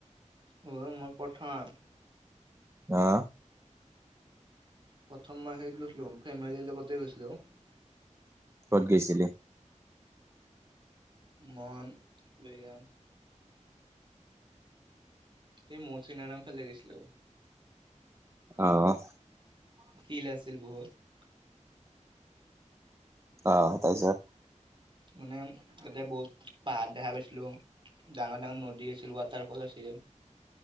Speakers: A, on the right (about 40°); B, on the right (about 20°).
A: উ, মই প্ৰথম
B: আহ,
A: প্ৰথম মাহে গৈছিলো ফেমিলিৰ লগতে গৈছিলো।
B: ক'ত গৈছিলি
A: মন বিৰিয়ান এই মৌচুনাৰাম ফালে গৈছিলো। <inaudible>
B: আহ অ তাৰ পিছত
A: মানে তাতে বহুত পাহাৰ দেখা পাইছিলো, ডাঙৰ নদী আছিল, ৱাটাৰফল আছিল।